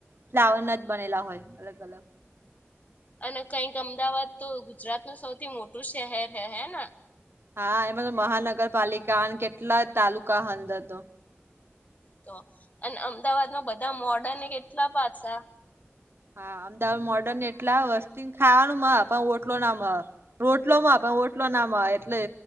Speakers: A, on the right; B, on the left.
A: ફ્લાવર ના જ બનેલા હોય.
B: અને કઈક અમદાવાદ તો ગુજરાત ન સૌથી મોટું શહેર હે ના.
A: હા, એમાં તો મહાનગરપાલિકા અને કેટલા તાલુકા અંદર તો
B: તો અને અમદાવાદમાં બધા મોર્ડન કેટલા પાછા
A: હા, અમદાવાદ મોડર્ન એટલા વસ્તુ ખાવાનું માં પણ ઓટલો નામાં, રોટલો માં પણ ઓટલો ના એટલે